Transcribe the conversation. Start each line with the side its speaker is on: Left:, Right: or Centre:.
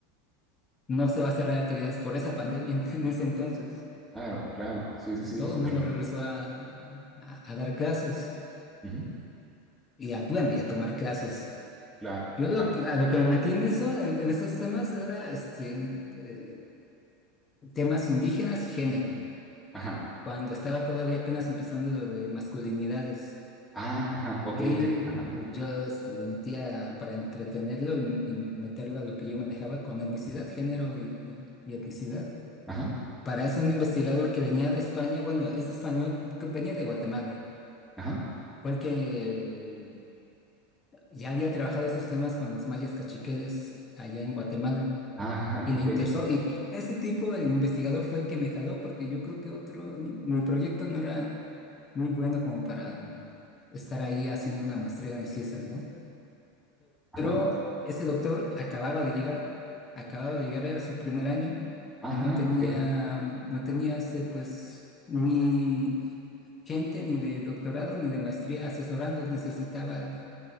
Left: no se va a cerrar actividades por esa pandemia en, en ese entonces.
Centre: claro, claro, sí, sí,
Left: Y
Centre: sí,
Left: todo
Centre: totalmente.
Left: el mundo regresó a, a- a dar clases
Centre: ujú,
Left: y a, bueno, y a tomar clases.
Centre: Claro,
Left: Yo
Centre: claro,
Left: lo, que- a lo que me metí en eso, en, en esos temas, era este, eh, temas indígenas, género,
Centre: ajá,
Left: cuando estaba todavía apenas empezando lo de masculinidades.
Centre: ah, ajá, ok,
Left: Y
Centre: ok,
Left: pues,
Centre: ajá,
Left: yo este, le metía para entretenerlo y, y meterlo a lo que yo manejaba con etnicidad, género y, y etnicidad.
Centre: ajá,
Left: Para eso un investigador que venía de España, bueno, es de español, que venía de Guatemala,
Centre: ajá,
Left: fue el que ya había trabajado esos temas con los mayas cachiqueles allá en Guatemala
Centre: ah, ajá,
Left: y le
Centre: ok,
Left: interesó.
Centre: ok,
Left: Y ese tipo, el investigador, fue el que me jaló porque yo creo que otro, mi proyecto no era muy bueno como para estar ahí haciendo una maestría en ciencias, ¿no?
Centre: ajá,
Left: Pero ese doctor acababa de llegar, acababa de llegar, era su primer año
Centre: ajá,
Left: y no tenía,
Centre: ok,
Left: no tenía este, pues, ni gente ni de doctorado ni de maestría asesorando, necesitaba